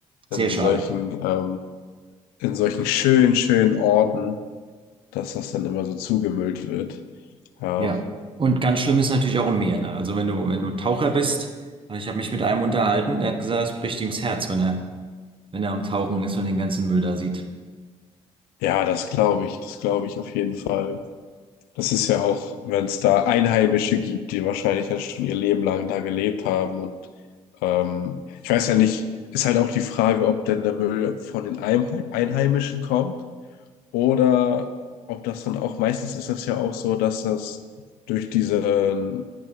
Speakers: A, on the right; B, on the left.
A: Sehr
B: in
A: schade.
B: solchen, ähm, in solchen schönen, schönen Orten, dass das dann immer so zugemüllt wird. Ja,
A: Ja. Und ganz schlimm ist natürlich auch im Meer, ne? Also wenn du, wenn du Taucher bist, äh, ich habe mich mit einem unterhalten, der hat gesagt, es bricht ihm das Herz, wenn er, wenn er am Tauchen ist und den ganzen Müll da sieht.
B: ja, das glaube ich, das glaube ich auf jeden Fall. Das ist ja auch, wenn es da Einheimische gibt, die wahrscheinlich dann schon ihr Leben lang da gelebt haben. Und ähm, ich weiß ja nicht, ist halt auch die Frage, ob denn der Müll von den Einhe- Einheimischen kommt oder ob das dann auch, meistens ist das ja auch so, dass das durch diesen